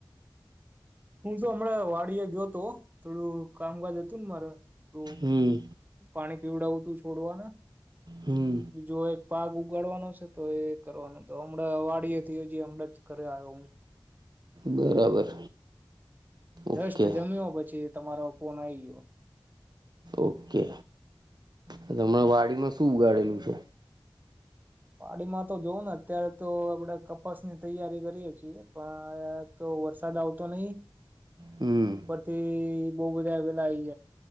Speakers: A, on the right (about 20°); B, on the right (about 55°).
A: હું શ હમણાં વાડી એ ગયો તો થોડું કામકાજ હતું ને મારે તો
B: હમ
A: પાણી પીવડાવું તું છોડવાને
B: હમ
A: બીજો એક પાક ઉગાડવાનો છે તો એ કરવાનો તો હમણાં વાડી હતી હજી હમણાં જ ઘરે આવ્યો હું
B: બરાબર ઓકે
A: રસ્ટ જમ્યો પછી તમારો કોન આઈ ગયો
B: ઓકે હણાં વાડીમાં શું ઉગાડેલું છે
A: પાડીમાં તો જોવ ને અત્યારે તો આપણે કપાસ ની તૈયારી કરીએ છીએ પણ વરસાદ આવતો નહી
B: હમ
A: પરથી બઉં બધા આવેલા આઈ